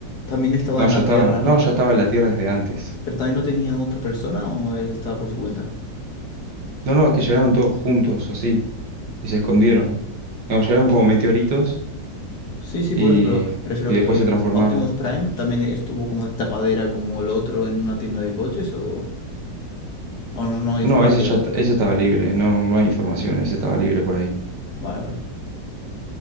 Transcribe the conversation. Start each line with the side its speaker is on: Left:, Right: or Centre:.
Left: ¿También estaba
Right: No,
Left: en
Right: ya
Left: la
Right: estaba,
Left: Tierra,
Right: no, ya estaba en la Tierra desde antes.
Left: pero también no tenía otra persona o él estaba por su cuenta?
Right: No, no, es que llegaron todos juntos así y se escondieron. Digamos, llegaron como meteoritos
Left: Sí, sí,
Right: y,
Left: por eso, pero me refiero
Right: y después
Left: que
Right: se transformaron.
Left: Optimus Prime también estuvo como de tapadera como el otro en una tienda de coches o, o no, no hay
Right: No,
Left: información.
Right: ese ya t- ese estaba libre, no, no hay información, ese estaba libre por ahí.
Left: Vale, vale.